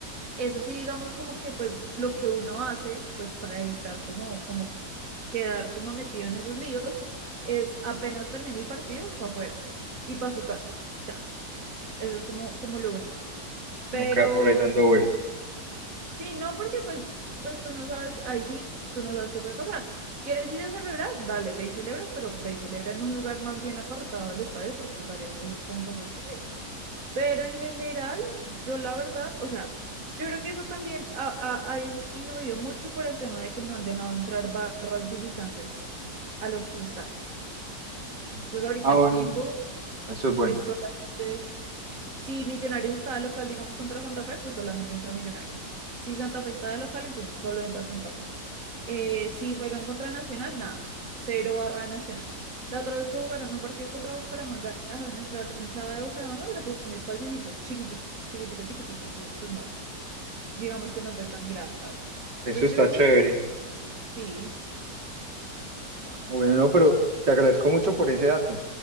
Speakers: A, on the right; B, on the right.
A: eso sí, digamos como que pues lo que uno hace, pues para evitar como, como quedar como metido en esos líos, es apenas termina el partido, para afuera y para su casa. Ya, eso es como, como lo único.
B: no
A: Pero
B: quedar por ahí dando vueltas.
A: sí, no, porque pues, pues tú no sabes, ahí sí, tú no sabes qué puede pasar. ¿Quieres ir a celebrar? Dale, ve y celebras, pero ve y celebra en un lugar más bien apartado del estadio porque varias cosas pueden pasar por ahí. Pero en general, yo la verdad, o sea, yo creo que eso también ha, ha- ha disminuido mucho por el tema de que no han dejado entrar barras visitantes a los estadios.
B: Ujú.
A: Entonces, ahorita
B: Ah, bueno,
A: aquí en Bogotá
B: eso es bueno.
A: es solamente, si Millonarios está de local, digamos, contra Santa Fe, pues solamente entra Millonarios. Si Santa Fe está de local, entonces solo entra Santa Fe. Eh, si juegan contra Nacional, nada. Cero barra de Nacional. La otra vez que jugaron un partido contra Bucaramanga, dejaron entrar hinchada de Bucaramanga, pero fue un espaciocito chiquitico, chiquitico, chiquitico. Entonces, pues no, digamos
B: Ah,
A: que no fue tan grave.
B: Eso
A: Entonces,
B: eso está
A: yo creo
B: chévere.
A: que eso sí,
B: Ah, Bueno, no, pero te agradezco mucho por ese dato.